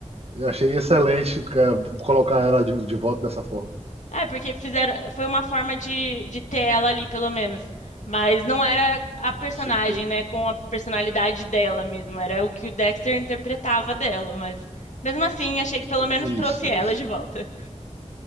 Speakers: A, on the right; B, on the left.
A: Eu achei excelente cara, colocar ela de, de volta dessa forma.
B: É, porque fizeram, foi uma forma de, de ter ela ali, pelo menos. Mas não era a personagem,
A: Com certeza.
B: né, com a personalidade dela mesmo, era o que o Dexter interpretava dela, mas mesmo assim, achei que pelo menos
A: Isso,
B: trouxe ela
A: isso.
B: de volta.